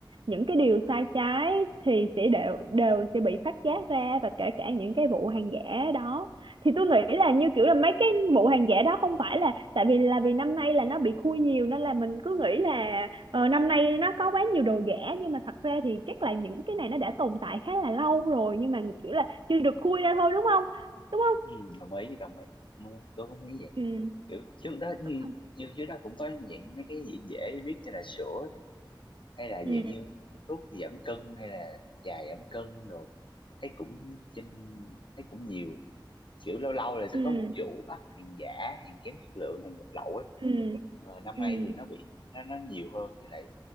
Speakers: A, on the right (about 75°); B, on the left (about 75°).
A: những cái điều sai trái thì sẽ đều đều sẽ bị phát giác ra và kể cả những cái vụ hàng giả đó thì tôi nghĩ là như kiểu là mấy cái vụ hàng giả đó không phải là tại vì là vì năm nay là nó bị khui nhiều nên là mình cứ nghĩ là Ờ, năm nay nó có quá nhiều đồ giả nhưng mà thật ra thì chắc là những cái này nó đã tồn tại khá là lâu rồi nhưng mà kiểu là chưa được khui ra thôi đúng không? Đúng không?
B: ừ, đồng ý đồng ý Ừ, tôi không nghĩ vậy
A: Ừ.
B: kiểu trước đó như
A: Đúng không?
B: như trước đó cũng có những mấy cái gì dễ biết như là sữa hay là
A: Ừ.
B: dạng như cái thuốc giảm cân hay là trà giảm cân đồ thấy cũng trên thấy cũng nhiều kiểu lâu lâu là sẽ
A: Ừ.
B: có một vụ bắt hàng giả hàng kém chất lượng hàng nhập lậu ấy
A: Ừ.
B: và năm
A: Ừ.
B: nay thì nó bị nó nó nhiều hơn với lại